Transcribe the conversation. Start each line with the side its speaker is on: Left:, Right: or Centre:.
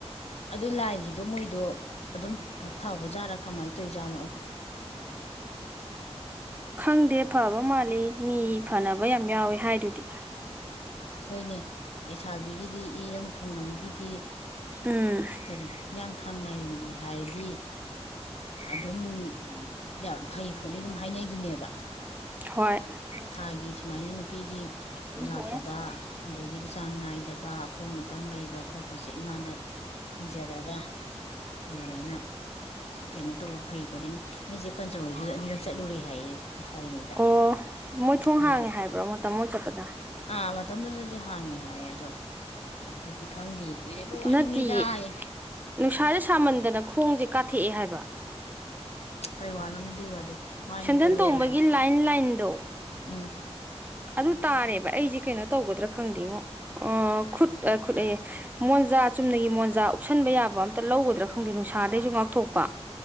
Left: ꯑꯗꯨ ꯂꯥꯏꯒꯤꯗꯣ ꯃꯣꯏꯗꯣ ꯑꯗꯨꯝ ꯐꯕ ꯥꯆꯠꯂ ꯀꯃꯥꯏꯅ ꯇꯧꯔꯤꯆꯠꯅꯣ
Right: ꯈꯪꯗꯦ ꯐꯕ ꯃꯥꯜꯂꯤ ꯃꯤ ꯐꯅꯕ ꯌꯥꯝ ꯌꯥꯎꯋꯦ ꯍꯥꯏꯗꯨꯗꯤ
Left: ꯍꯣꯏꯅꯦ ꯂꯩꯁꯥꯕꯤꯒꯤꯗꯤ ꯏꯔꯪ ꯐꯣꯡꯡꯂꯝꯒꯤꯗꯤ
Right: ꯎꯝ
Left: ꯀꯔꯤ ꯍꯤꯌꯥꯡꯊꯥꯡ ꯔꯦꯝꯕꯤ ꯍꯥꯏꯔꯗꯤ ꯑꯗꯨꯝ ꯌꯥꯝ ꯐꯩ ꯈꯣꯠꯂꯤ ꯑꯗꯨꯝ ꯍꯥꯏꯅꯩꯗꯨꯅꯦꯕ
Right: ꯍꯣꯏ
Left: ꯊꯥꯒꯤ ꯁꯨꯃꯥꯏꯅ ꯅꯨꯄꯤꯒꯤ
Right: <unintelligible>
Left: ꯂꯥꯛꯇꯕ ꯑꯗꯒꯤꯗꯤ ꯆꯥꯡ ꯅꯥꯏꯗꯕ ꯑꯄꯣꯝ ꯑꯇꯪ ꯂꯩꯕ ꯈꯣꯠꯄꯁꯦ ꯏꯃꯥꯗ ꯅꯤꯖꯔꯒ ꯑꯗꯨꯃꯥꯏꯅ ꯀꯩꯅꯣ ꯇꯧꯕ ꯐꯩꯈꯣꯠꯂꯦ ꯅꯣꯏ ꯆꯦ ꯄꯟꯆ ꯍꯣꯏꯁꯨ ꯑꯅꯤꯔꯛ ꯆꯠꯂꯨꯔꯦ ꯍꯥꯏꯌꯦ ꯂꯩꯁꯥꯔꯤꯉꯩꯗ
Right: ꯑꯣ ꯃꯣꯏ ꯊꯣꯡ
Left: ꯃꯣꯏꯁꯨ
Right: ꯍꯥꯡꯉꯦ ꯍꯥꯏꯕ꯭ꯔꯣ ꯃꯇꯝꯃꯨ ꯃꯣꯏ ꯆꯠꯄꯗ
Left: ꯑꯥ ꯃꯇꯝꯗꯨꯗꯗꯤ ꯍꯥꯡꯉꯦ ꯍꯥꯏꯌꯦ ꯑꯗꯣ ꯍꯧꯖꯤꯛꯇꯤ ꯈꯪꯗꯦ ꯀꯨꯏꯔꯕ ꯋꯥꯅꯤꯗꯌꯦ
Right: ꯅꯠꯇꯦꯌꯦ ꯅꯨꯡꯁꯥꯁꯦ ꯁꯥꯃꯟꯗꯅ ꯈꯣꯡꯁꯦ ꯀꯥꯊꯦꯛꯑꯦ ꯍꯥꯏꯕ
Left: ꯀꯩ ꯋꯥꯔꯅꯣꯅꯦ ꯑꯗꯨꯏ ꯋꯥꯗꯤ ꯃꯥꯏ
Right: ꯁꯦꯟꯗꯟ
Left: ꯃꯤꯠꯀ ꯂꯣꯏꯔꯕꯅꯦ
Right: ꯇꯣꯡꯕꯒꯤ ꯂꯥꯏꯟ ꯂꯥꯏꯟꯗꯣ
Left: ꯎꯝ
Right: ꯑꯗꯨ ꯇꯥꯔꯦꯕ ꯑꯩꯁꯦ ꯀꯩꯅꯣ ꯇꯧꯒꯗ꯭ꯔꯥ ꯈꯪꯗꯦꯉꯣ ꯑꯣ ꯈꯨꯠ ꯑ ꯈꯨꯠ ꯑꯩꯌꯦ ꯃꯣꯟꯖꯥ ꯆꯨꯝꯅꯒꯤ ꯃꯣꯟꯖꯥ ꯀꯨꯞꯁꯟꯕ ꯌꯥꯕ ꯑꯝꯇ ꯂꯧꯒꯗ꯭ꯔꯥ ꯈꯪꯗꯦ ꯅꯨꯡꯁꯥꯗꯒꯤꯁꯨ ꯉꯥꯛꯊꯣꯛꯄ